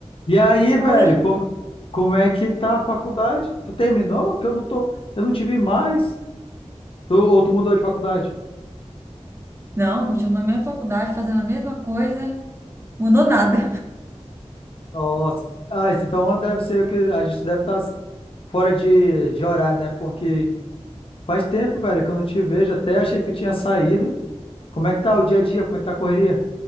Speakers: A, on the left (about 50°); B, on the right (about 20°).
A: E aí,
B: Oi.
A: velho, como, como é que tá a faculdade? Tu terminou? Que eu não tô, eu não te vi mais. Tu, ou tu mudou de faculdade?
B: Não, continuo na mesma faculdade, fazendo a mesma coisa, mudou nada.
A: Nossa. Ah, isso então deve ser o que a gente deve estar fora de, de horário, né? Porque faz tempo, velho, que eu não te vejo. Até achei que tu tinha saído. Como é que tá o dia a dia? Como é que tá a correria?